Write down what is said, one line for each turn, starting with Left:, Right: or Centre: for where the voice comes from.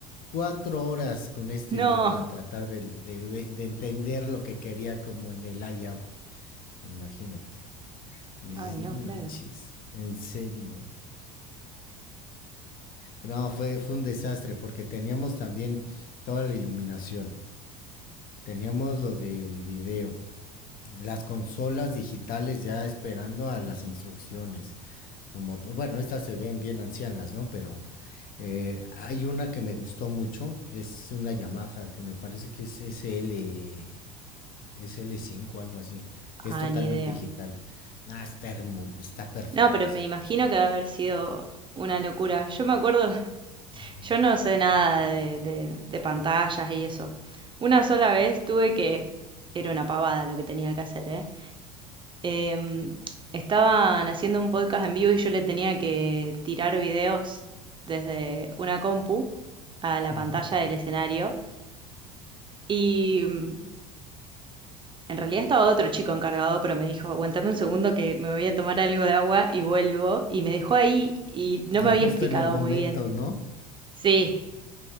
Left: Cuatro horas con este
Right: No.
Left: güey para tratar de, de- de entender lo que quería como en el layout. Imagínate. Dices,
Right: Ay, no,
Left: no manches,
Right: claro.
Left: en serio. No, fue, fue un desastre porque teníamos también toda la iluminación. Teníamos lo del video, las consolas digitales ya esperando a las instrucciones. Como, pues, bueno, estas se ven bien ancianas, ¿no? Pero eh, hay una que me gustó mucho, es una Yamaha que me parece que es SL, sl cinco algo así. Es
Right: Ah,
Left: totalmente
Right: ni idea.
Left: digital. Ah, está hermo- está perfecta
Right: No, pero
Left: esa
Right: me imagino
Left: consola.
Right: que va a haber sido una locura. Yo me acuerdo, <laughs>
Left: Ujú,
Right: yo no sé nada de, de- de pantallas y eso. Una sola vez tuve que, era una pavada lo que tenía que hacer, ¿eh? Em, estaban haciendo un podcast en vivo y yo le tenía que tirar videos desde una compu a la
Left: ujú.
Right: pantalla del escenario. Y mm, En realidad estaba otro chico encargado, pero me dijo, aguantame un segundo que me voy a tomar algo de agua y vuelvo. Y me dejó ahí y no
Left: Y
Right: me
Left: justo
Right: había explicado
Left: en el momento,
Right: muy bien.
Left: ¿no?
Right: Sí.